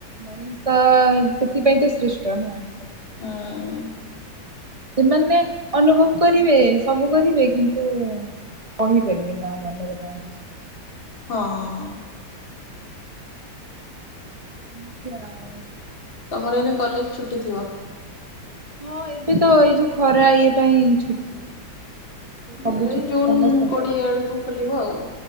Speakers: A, on the right; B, on the left.
A: ମଣିଷ ସେଥିପାଇଁ ତ ସୃଷ୍ <unintelligible>
B: ହୁଁ।
A: ସେମାନେ ଅନୁଭବ କରିବେ ସବୁ କରିବେ କିନ୍ତୁ କହିପାରିବେନି ତାଙ୍କ ମନରେ କଣ ଅଛି।
B: ହଁ।
A: ଏମିତି ଆଉ।
B: ତମର ଏଇନେ କଲେଜ୍ ଛୁଟି ଥିବ?
A: ହଁ ଏବେ ତ ଏଇ ଯଉ ଖରା ଇଏ ପାଇଁ ଛୁଟି। ସବୁ
B: ଏଇ
A: ଛୁଟି
B: ଜୁନ୍
A: ସମସ୍ତଙ୍କର
B: କୋଡିଏ ଆଡକୁ ଖୋଲିବ ଆଉ।